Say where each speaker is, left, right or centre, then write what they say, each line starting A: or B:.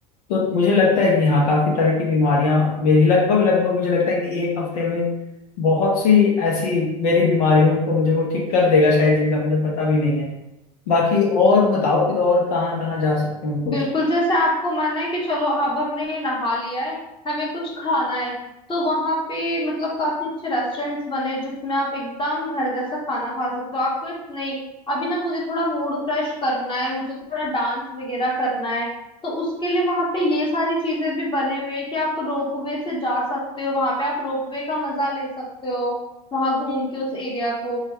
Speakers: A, on the left; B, on the left.
A: तो मुझे लगता है कि हाँ काफी तरह की बीमारियां मेरी लगभग लगभग मुझे लगता है कि एक हफ्ते में बहुत सी ऐसी मेरी बीमारियों को मुझे वो ठीक कर देगा शायद जिनका मुझे पता भी नहीं है बाकी और बताओ फिर और कहाँ कहाँ जा सकते हैं कुछ
B: बिल्कुल जैसे आपको मन है कि चलो अब हमने नहा लिया है हमें कुछ खाना है तो वहां पे मतलब काफी अच्छे रेस्टोरेंट्स बने हैं, जिसमें आप एकदम घर जैसा खाना खा सकते हो आपको इत- नहीं अभी ना मुझे थोड़ा मूड फ्रेश करना है मुझे थोड़ा डांस वगैरह करना है तो उसके लिए वहां पे ये सारी चीजें भी बने हुए हैं कि आप रोप वे से जा सकते हो वहां पे आप रोप वे का मजा ले सकते हो वहां घूम के उस एरिया को